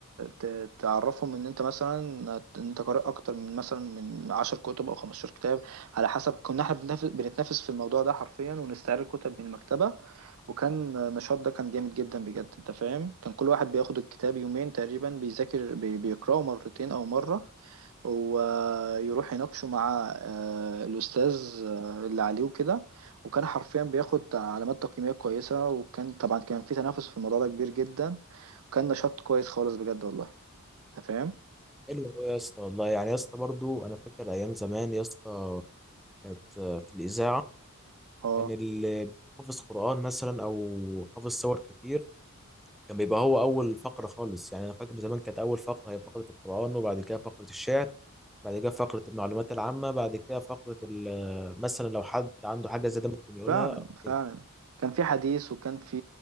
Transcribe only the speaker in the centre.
حلو أوي يا اسطى والله يعني يا اسطى برضو انا فاكر ايام زمان يا اسطى كانت في الاذاعه
كان اللي حافظ قران مثلا او حافظ سور كتير كان بيبقى هو اول فقره خالص يعني انا فاكر زمان كانت اول فقره هي فقره القران وبعد كده فقره الشعر بعد كده فقره المعلومات العامه بعد كده فقره ال- مثلا لو حد عنده حاجه زياده ممكن يقولها
أو
كده.